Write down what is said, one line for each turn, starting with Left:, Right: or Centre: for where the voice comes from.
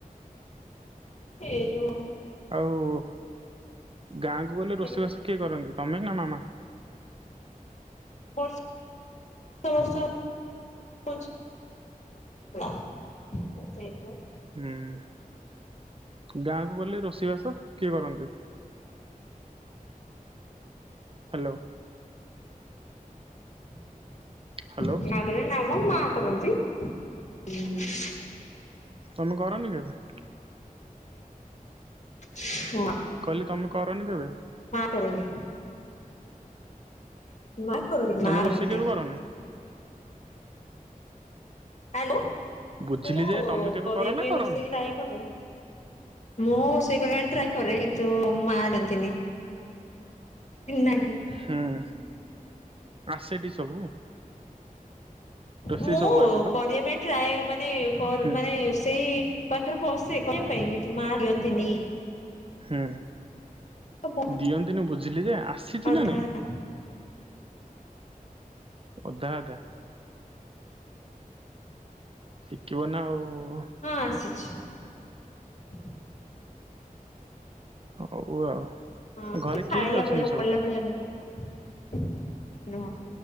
Left: ଏ ଯଉ।
Right: ଆଉ। ଗାଁକୁ ଗଲେ
Left: ଭିତରେ
Right: ରୋଷେଇବାସ କିଏ କରନ୍ତି ତମେ ନା ମାମା।
Left: ବଷ ବର୍ଷ <inaudible> ନା ସେଠୁ।
Right: ହୁଁ। ଗାଁ କୁ ଗଲେ ରୋଷେଇ ବାସ କିଏ କରନ୍ତି। ହ୍ୟାଲୋ।
Left: <inaudible>
Right: ହ୍ୟାଲୋ
Left: ମାଁ କଇଲେ ନାମ ମ କରନ୍ତି ହୁଁ।
Right: ତମେ କରନି କେବେ?
Left: ହଁ
Right: କହିଲି ତମେ କରନି କେବେ?
Left: କରନ୍ତି। ମା କରନ୍ତି
Right: ତମେ
Left: ମା କରନ୍ତି।
Right: ରୋଷେଇ କେବେ କରନି?
Left: ଆଲୋ
Right: ବୁଝିଲି
Left: ମୁଁ
Right: ଯେ ତମେ କେବେ
Left: କରିବା
Right: କର ନା
Left: ପାଇଁ
Right: କରନି
Left: ରୋଷେଇ ଟ୍ରାଏ କରେ। ମୁଁ ରୋସେଇ କରିବାକୁ ଟ୍ରାଏ କରେ କିନ୍ତୁ ମା ଦିଅନ୍ତିନି। ନାହିଁ
Right: ହୁଁ ଆସେଟି ସବୁ? ରୋଷେଇ
Left: ମୁଁ
Right: ସବୁ ଆସେ ତ
Left: କରିବା ପାଇଁ ଟ୍ରାଏ ମାନେ
Right: ହୁଁ
Left: ମାନେ ସେଇ ପାଖରେ ବସେ କହି ପାଇଁ କିନ୍ତୁ ମାଁ ଦିଅନ୍ତିନି।
Right: ହୁଁ
Left: ଅଧା
Right: ଦିଅନ୍ତିନି ବୁଝିଲି ଯେ ଆସିଛି
Left: ଅଧା
Right: ନା ନାଇଁ? ଅଧା ଅଧା ଶିଖିବ ନା ଆଉ।
Left: ହଁ ଆସିଛି। <inaudible>
Right: ହଉ ଆଉ।
Left: ହଁ
Right: ଘରେ କିଏ
Left: ଖାଇଲା
Right: କିଏ ଅଛନ୍ତି
Left: ଭଳିଆ ଫୋପାଡ଼ିଲା
Right: ସବୁ
Left: ଭଳିଆ ନୁହେଁ। ନୁହଁ